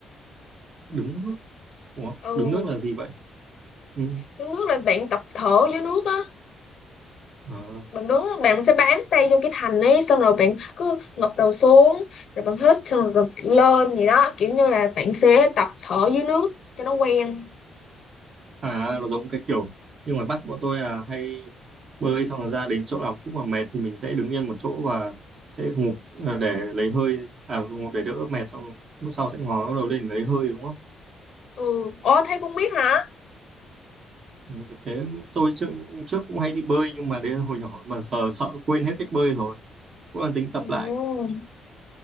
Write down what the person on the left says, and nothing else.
ừ
đứng nước là bạn tập thở dưới nước á
bạn đứng bạn sẽ bám tay vô cái thành ấy xong rồi bạn cứ ngập đầu xuống rồi bạn hít xong rồi, rồi lên gì đó kiểu như là bạn sẽ tập thở dưới nước cho nó quen
ừ ồ thế cũng biết hả
ừ